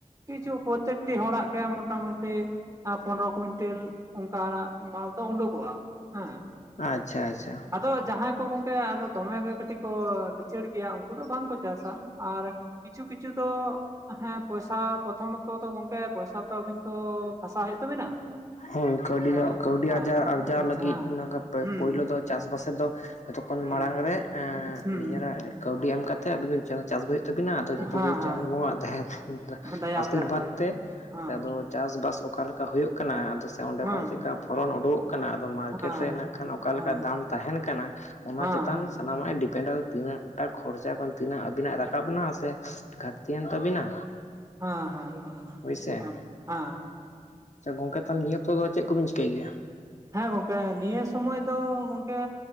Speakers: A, on the right; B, on the left.
A: ᱠᱤᱪᱷᱩ ᱯᱨᱚᱛᱛᱮᱠᱴᱤ ᱦᱚᱲᱟᱜ ᱜᱮ ᱢᱚᱴᱟᱢᱩᱴᱤ ᱮᱸ ᱯᱚᱱᱨᱚ ᱠᱩᱭᱤᱱᱴᱮᱞ ᱚᱱᱠᱟ ᱢᱟᱞ ᱩᱰᱩᱠᱚᱜᱼᱟ᱾ ᱦᱮᱸ
B: ᱟᱪᱪᱷᱟ ᱟᱪᱪᱷᱟ᱾
A: ᱟᱫᱚ ᱡᱟᱦᱟᱸᱭ ᱠᱚ ᱜᱚᱢᱠᱮ ᱟᱫᱚ ᱫᱚᱢᱮᱜᱮ ᱠᱟᱹᱴᱤᱡ ᱠᱚ, ᱞᱤᱪᱟᱹᱲ ᱜᱮᱭᱟ ᱩᱱᱠᱩ ᱫᱚ ᱵᱟᱝ ᱠᱚ ᱪᱟᱥᱟ ᱟᱨ ᱠᱤᱪᱷᱩ ᱠᱤᱪᱷᱩ ᱫᱚ ᱦᱮᱸ ᱯᱚᱭᱥᱟ ᱯᱨᱚᱛᱷᱚᱢ ᱚᱠᱛᱚ ᱛᱚ ᱜᱚᱝᱠᱮ ᱯᱚᱭᱥᱟ ᱛᱚ ᱟᱵᱤᱱ ᱛᱚ ᱯᱷᱟᱥᱟ ᱦᱩᱭᱩᱜ ᱛᱟᱵᱤᱱᱟ᱾
B: ᱦᱳᱭ ᱠᱟᱹᱣᱰᱤ
A: ᱛᱟᱦᱚᱞᱮ
B: ᱫᱚ ᱠᱟᱹᱣᱰᱤ
A: ᱦᱮᱸ
B: ᱟᱨ ᱟᱨᱡᱟᱣ
A: ᱦᱮᱸ
B: ᱞᱟᱹᱜᱤᱫ
A: ᱦᱮᱸ
B: ᱱᱚ
A: ᱦᱩᱸ
B: ᱯᱳᱭᱞᱳ ᱫᱚ ᱪᱟᱥᱵᱟᱥ ᱨᱮᱫᱚ ᱡᱚᱛᱚ ᱠᱷᱚᱱ
A: ᱦᱩᱸ
B: ᱢᱟᱲᱟᱝ ᱨᱮ
A: ᱦᱩᱸ
B: ᱱᱤᱡᱮᱨᱟᱜ ᱠᱟᱹᱣᱰᱤ ᱮᱢ ᱠᱟᱛᱮ ᱟᱵᱤᱱ ᱫᱚ ᱪᱟᱥ ᱫᱚ ᱦᱩᱭᱩᱜ ᱛᱟᱵᱤᱱᱟ ᱟᱫᱚ ᱡᱚᱛᱚ
A: ᱦᱮᱸ
B: ᱠᱤᱪᱷᱩ ᱪᱟᱸᱫᱳ ᱵᱚᱸᱟᱜ ᱛᱟᱦᱮᱱ
A: ᱦᱮᱸ ᱫᱟᱭᱟᱛᱮ
B: ᱟᱥᱤᱨᱵᱟᱫᱽ
A: ᱦᱳᱭ
B: ᱛᱮ
A: ᱦᱮᱸ
B: ᱟᱫᱚ ᱪᱟᱥᱵᱟᱥ ᱚᱠᱟᱞᱮᱠᱟ ᱦᱩᱭᱩᱜ ᱠᱟᱱᱟ ᱟᱫᱚ ᱚᱸᱰᱮ
A: ᱦᱮᱸ
B: ᱠᱷᱚᱱ ᱪᱮᱫᱠᱟ ᱯᱷᱚᱨᱚᱱ ᱩᱰᱩᱠ ᱠᱟᱱᱟ ᱟᱫᱚ ᱢᱟᱨᱠᱮᱴ
A: ᱦᱮᱸ ᱦᱮᱸ
B: ᱨᱮ ᱱᱟᱜ ᱠᱷᱟᱱ ᱚᱠᱟ ᱞᱮᱠᱟ
A: ᱦᱮᱸ
B: ᱫᱟᱢ ᱛᱟᱦᱮᱱ ᱠᱟᱱᱟ ᱚᱱᱟ
A: ᱦᱮᱸ ᱦᱮᱸ
B: ᱪᱮᱛᱟᱱ ᱥᱟᱱᱟᱢᱟᱜ
A: ᱦᱮᱸ
B: ᱮ ᱰᱤᱯᱮᱱᱰᱫᱟ ᱛᱤᱱᱟᱹᱜ ᱴᱟ ᱠᱷᱚᱨᱪᱟ ᱠᱷᱚᱱ ᱛᱤᱱᱟᱹᱜ ᱟᱵᱤᱱᱟᱜ ᱨᱟ ᱨᱟᱠᱟᱵᱱᱟ ᱥᱮ ᱜᱷᱟᱨᱛᱤ ᱮᱱ ᱛᱟᱵᱤᱱᱟ᱾
A: ᱦᱮᱸ ᱦᱮᱸ
B: ᱦᱳᱭᱥᱮ
A: ᱦᱮᱸ ᱦᱮᱸ
B: ᱜᱚᱝᱠᱮ ᱛᱟᱦᱚᱞᱮ ᱱᱤᱭᱟᱹ ᱚᱠᱛᱚ ᱫᱚ ᱪᱮᱫ ᱠᱚ ᱵᱮᱱ ᱪᱤᱠᱟᱹᱭ ᱜᱮᱭᱟ?
A: ᱦᱮᱸ ᱜᱚᱝᱠᱮ ᱱᱤᱭᱟᱹ ᱥᱚᱢᱚᱭ ᱫᱚ ᱜᱚᱝᱠᱮ